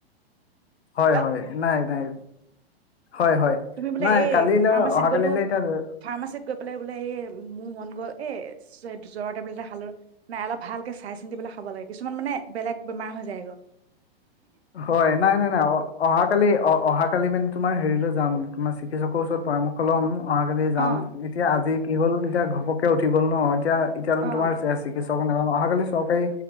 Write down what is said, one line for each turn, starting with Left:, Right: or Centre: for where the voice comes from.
Left: হয়
Right: হেল্ল'
Left: হয় নাই নাই হয় হয়
Right: তুমি বোলে
Left: নাই
Right: এই
Left: কালিলৈ
Right: ফাৰ্মাচীত
Left: অহা
Right: গ'লো।
Left: কালিলৈ এতিয়া
Right: ফাৰ্মাচীত গৈ পেলাই বোলে এই মোৰ মন গ'ল এ জৰৰ টেবলেট এটা খালো নাই অলপ ভালকে চাই চিন্তি পেলাই খাব লাগে কিছুমান মানে বেলেগ বেমাৰ হৈ যায় গ
Left: হয় নাই নাই নাই অ অহা কালি অ অহাাকালি মানে তোমাৰ হেৰিলৈ যাম তোমাৰ চিকিৎসকৰ ওচৰত পৰামৰ্শ ল'ম অহাকালি যাম
Right: অ
Left: এতিয়া আজি কি হ'ল এতিয়া ঘপকে উঠি গ'ল ন এতিয়া
Right: অ
Left: তোমাৰ চিকিছ চাব নাপাম অহাকালি চৰকাৰী,